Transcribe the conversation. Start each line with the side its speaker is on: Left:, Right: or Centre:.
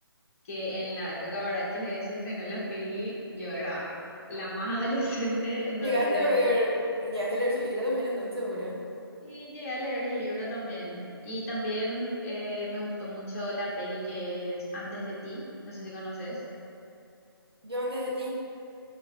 Left: que en la época, ¿verdad? que se estrenó la peli, yo era la más <laughs> adolescente, entonces
Right: Llegaste a ver, llegaste a leer su libro también, entonces seguro.
Left: sí, llegué a leer el libro también. Y también eh, me gustó mucho la peli que es Antes de ti, no sé si conoces.
Right: Yo antes de ti.